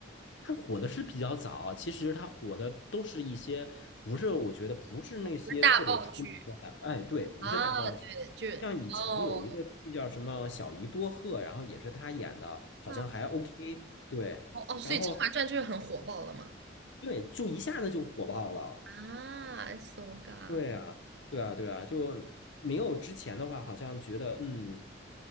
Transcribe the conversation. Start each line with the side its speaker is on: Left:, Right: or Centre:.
Left: 它火的是比较早，其实它火的都是一些不是，我觉得不是那些特别出名的大，
Right: 么大爆剧
Left: 哎，对，不是大爆剧。
Right: 啊？对，就是哦，
Left: 像以前有一个剧叫什么《小姨多鹤》，然后也是他演的，好像还
Right: 那
Left: OK，对，
Right: 哦哦，所以《甄嬛传》就是很火爆了嘛？
Left: 然后对，就一下子就火爆了，
Right: 啊，so ga，
Left: 对啊，对啊，对啊，就没有之前的话，好像觉得嗯